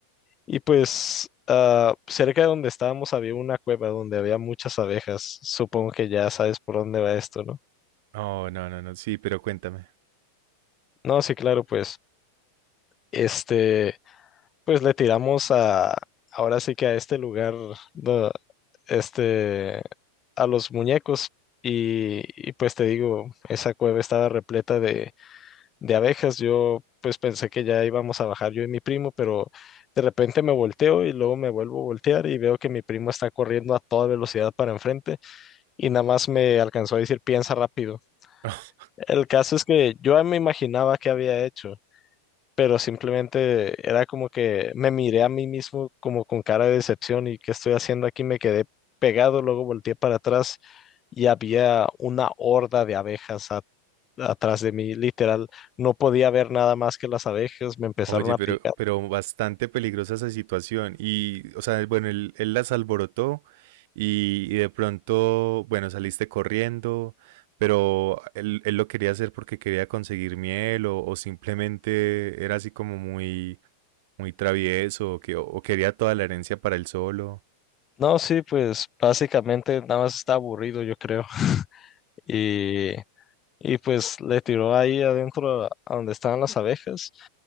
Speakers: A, on the left; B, on the right.
A: Y pues ah, cerca de donde estábamos había una cueva donde había muchas abejas. Supongo que ya sabes por dónde va esto, ¿no?
B: Oh, no, no, no, sí, pero cuéntame.
A: No, sí, claro, pues este... Pues le tiramos a, ahora sí que a este lugar, do- este, a los muñecos. Y, y pues te digo, esa cueva estaba repleta de, de abejas. Yo pues pensé que ya íbamos a bajar yo y mi primo, pero de repente me volteo y luego me vuelvo a voltear y veo que mi primo está corriendo a toda velocidad para enfrente y nada más me alcanzó a decir piensa rápido.
B: <laughs>
A: El caso es que yo ya me imaginaba qué había hecho pero simplemente era como que me miré a mí mismo como con cara de decepción y qué estoy haciendo aquí, me quedé pegado, luego volteé para atrás y había una horda de abejas a- atrás de mí, literal, no podía ver nada más que las abejas, me empezaron
B: Oye,
A: a
B: pero,
A: picar.
B: pero bastante peligrosa esa situación. Y, o sea, bueno, él, él las alborotó y, y de pronto, bueno, saliste corriendo, pero él, él lo quería hacer porque quería conseguir miel o, o simplemente era así como muy, muy travieso o, que, o quería toda la herencia para él solo.
A: No, sí, pues básicamente nada más está aburrido, yo creo. Y, y pues le tiró ahí adentro a a donde estaban las abejas.